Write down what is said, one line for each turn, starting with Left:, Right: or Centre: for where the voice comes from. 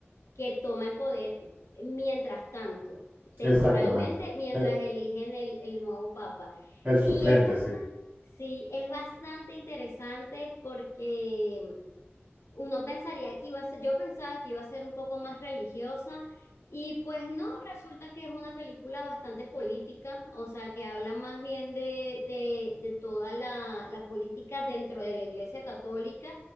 Left: que toma el poder mientras tanto, temporalmente,
Right: exactamente.
Left: mientras
Right: Eh,
Left: eligen el, el nuevo papa.
Right: El
Left: Y
Right: suplente,
Left: es bastante,
Right: sí,
Left: sí, es bastante interesante porque uno pensaría que iba a ser, yo pensaba que iba a ser un poco más religiosa. Y pues no, resulta que es una película bastante política, o sea, que habla más bien de, de, de toda la, la política dentro de la Iglesia Católica.